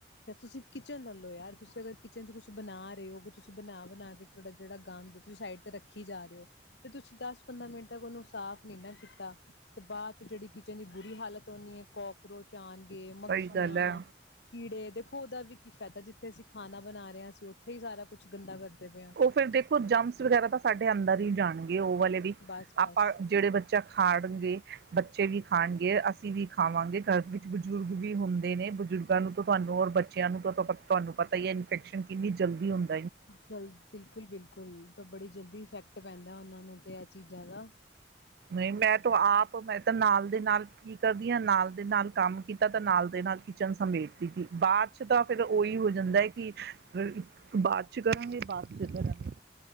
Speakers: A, on the left; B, on the right.
A: ਤੇ ਤੁਸੀਂ ਕਿਚਨ ਲੈ ਲਓ ਯਾਰ ਤੁਸੀਂ ਅਗਰ ਕਿਚਨ ਚ ਕੁਛ ਬਣਾ ਰਹੇ ਹੋ ਕਿ ਤੁਸੀਂ ਬਣਾ ਬਣਾ ਕੇ ਤੁਹਾਡਾ ਜਿਹੜਾ ਗੰਦ ਤੁਸੀਂ ਸਾਈਡ ਤੇ ਰੱਖੀ ਜਾ ਰਹੇ ਔ, ਤੁਸੀਂ ਦਸ ਪੰਦਰਾਂ ਮਿੰਟ ਤੱਕ ਉਹਨੂੰ ਸਾਫ਼ ਨਹੀਂ ਨਾ ਕੀਤਾ ਤੇ ਬਾਅਦ ਚ ਜਿਹੜੀ ਕਿਚਨ ਦੀ ਬੁਰੀ ਹਾਲਤ ਹੋਣੀ ਹੈ, ਕੋਕਰੋਚ ਆਉਣਗੇ ਮੱਖੀਆਂ
B: ਸਹੀ ਗੱਲ ਹੈ।
A: ਕੀੜੇ ਦੇਖੋ ਉਹਦਾ ਵੀ ਕੀ ਫਾਇਦਾ ਜਿੱਥੇ ਅਸੀਂ ਖਾਣਾ ਬਣਾ ਰਹੇ ਅਸੀ ਉੱਥੇ ਹੀ ਸਾਰਾ ਕੁਛ ਗੰਦਾ ਕਰਦੇ ਪਏ ਹਾਂ।
B: ਉਹ ਫਿਰ ਦੇਖੋ ਜਮਸ ਵਗੈਰਾ ਤਾਂ ਸਾਡੇ ਅੰਦਰ ਹੀ ਜਾਣਗੇ ਉਹ ਵਾਲੇ ਵੀ
A: ਬਸ
B: ਆਪਾਂ
A: ਬਸ
B: ਜਿਹੜੇ ਬੱਚਾ ਖਾਣਗੇ ਬੱਚੇ ਵੀ ਖਾਣਗੇ ਅਸੀਂ ਵੀ ਖਾਵਾਂਗੇ ਘਰ ਵਿੱਚ ਬਜ਼ੁਰਗ ਵੀ ਹੁੰਦੇ ਨੇ ਬਜ਼ੁਰਗਾਂ ਨੂੰ ਤਾਂ ਤੁਹਾਨੂੰ ਔਰ ਬੱਚਿਆਂ ਨੂੰ ਤਾਂ ਤੁਹਾਨੂੰ ਪਤਾ ਹੀ ਹੈ ਇਨਫੈਕਸ਼ਨ ਕਿੰਨੀ ਜਲਦੀ ਹੁੰਦੀ
A: ਜਲਦ ਬਿਲਕੁਲ ਬਿਲਕੁਲ ਤਾਂ ਬੜੀ ਜਲਦੀ ਇਫੈਕਟ ਪੈਂਦਾ ਉਹਨਾਂ ਨੂੰ ਅਤੇ ਇਹ ਚੀਜ਼ਾਂ ਦਾ
B: ਮੈਂ ਤਾਂ ਆਪ ਮੈਂ ਤਾਂ ਨਾਲ ਦੇ ਨਾਲ ਕੀ ਕਰਦੀ ਹਾਂ ਨਾਲ ਦੇ ਨਾਲ ਕੰਮ ਕੀਤਾ ਤਾਂ ਨਾਲ ਦੇ ਨਾਲ ਕਿਚਨ ਸਮੇਟਦੀ ਸੀ ਬਾਅਦ ਚ ਤਾਂ ਫਿਰ ਉਹੀ ਹੋ ਜਾਂਦਾ ਹੈ, ਕਿ ਫਿਰ ਬਾਦ ਅਛੀ ਕਰਾਂਗੇ ਬਾਦ ਚ ਕਰਾਂਗੇ।